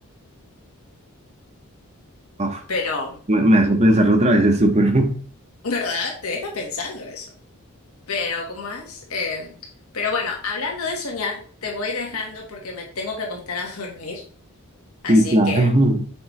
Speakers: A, on the right; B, on the left.
A: Uf,
B: Pero,
A: me, me hace pensarlo otra vez, es súper. <laughs>
B: ¿verdad? Te deja pensando eso. Pero, ¿cómo es? Eh, pero bueno, hablando de soñar, te voy dejando porque me tengo que acostar a <laughs> dormir. Así
A: Sí, claro.
B: que,